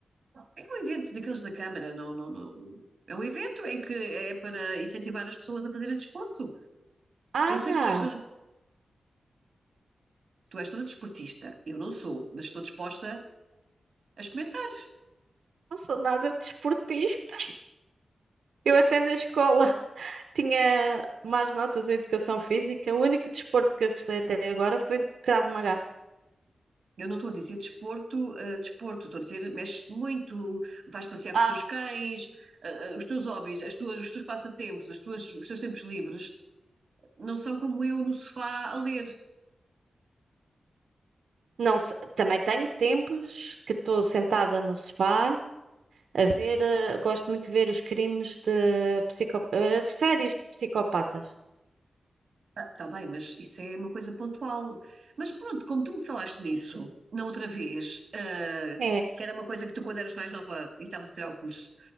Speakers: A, on the right; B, on the right.
A: É um evento daqueles da Câmara, não, não, não. É um evento em que é para incentivar as pessoas a fazerem desporto.
B: Ah,
A: Eu sei que tu és toda, tu és toda desportista. Eu não sou, mas estou disposta a experimentar.
B: não sou nada desportista. Eu até na escola <laughs> tinha más notas em educação física. O único desporto que eu gostei até agora foi do Krav Maga.
A: Eu não estou a dizer desporto, eh, desporto, estou a dizer mexes-te muito, vais passear com
B: Ah,
A: os teus cães, eh, eh, os teus hobbies, as tuas, os teus passatempos, as tuas, os teus tempos livres, não são como eu no sofá a ler.
B: não, se- também tenho tempos que estou sentada no sofá a ver, eh, gosto muito de ver os crimes de psico, as séries de psicopatas.
A: Está bem, mas isso é uma coisa pontual. Mas pronto, como tu me falaste nisso, na outra vez, eh,
B: É.
A: que era uma coisa que tu, quando eras mais nova e estavas a tirar o curso,